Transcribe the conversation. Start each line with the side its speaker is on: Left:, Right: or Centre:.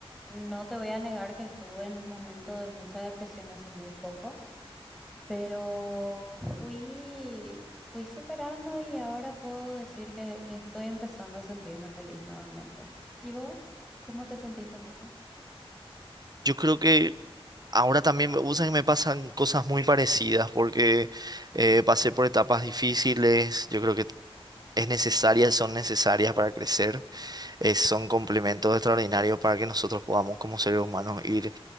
Centre: No te voy a negar que estuve en un momento de mucha depresión hace muy poco Pero fui, fui superando y ahora puedo decir que, que estoy empezando a sentirme feliz nuevamente. ¿Y vos? ¿Cómo te sentís con eso?
Right: Yo creo que ahora también, me- vos sabés que me pasan cosas muy parecidas porque eh, pasé por etapas difíciles. Yo creo que es necesaria, son necesarias para crecer. eh, son complementos extraordinarios para que nosotros podamos, como seres humanos, ir